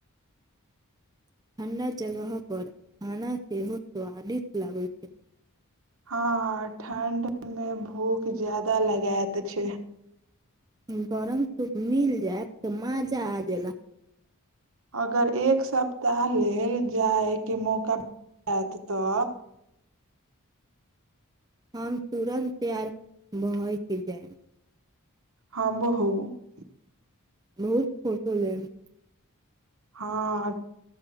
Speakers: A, on the right; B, on the right.
A: <inaudible> ठण्डा जगह पर खाना सेहो स्वादिष्ट लागै छै
B: हाँ हाँ ठण्ड मे भूख ज्यादा लगायत छै
A: गरम सूप मिल जायब त माजा आ जायला
B: अगर एक सप्ताह लेल जायके मौका - जायत त
A: हम तुरन्त तैयार भयके जायब
B: हाँ बो हो <inaudible>
A: बहुत फोटो लेब
B: हाँ